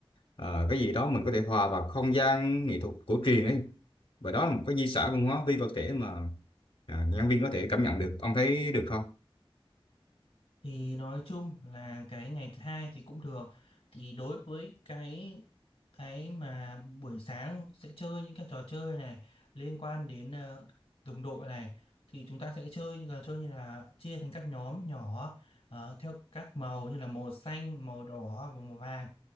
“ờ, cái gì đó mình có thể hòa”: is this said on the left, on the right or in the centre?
Left